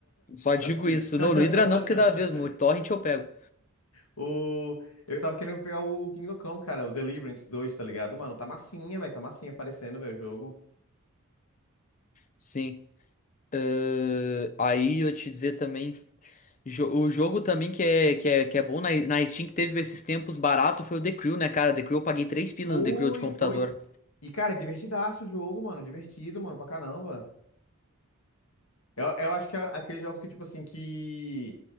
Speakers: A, on the left (about 35°); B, on the left (about 80°).
A: Só digo
B: <laughs>
A: isso. Não, no Hydra não, porque dá mesmo. O Torrent eu pego.
B: o eu tava querendo pegar o Kingdom Come, cara, o Deliverance dois, tá ligado? Mano, tá massinha, velho, tá massinha aparecendo, velho, o jogo.
A: Sim. Ahn, aí eu te dizer também. jo- o jogo também que é, que é, que é bom na, na Steam, que teve esses tempos barato, foi o The Crew, né, cara? The Crew eu paguei 3 pilas
B: Foi,
A: no The Crew de computador.
B: foi. E, cara, divertidaço o jogo, mano. Divertido, mano, pra caramba. Eu, eu acho que é aqueles jogos que, tipo assim, que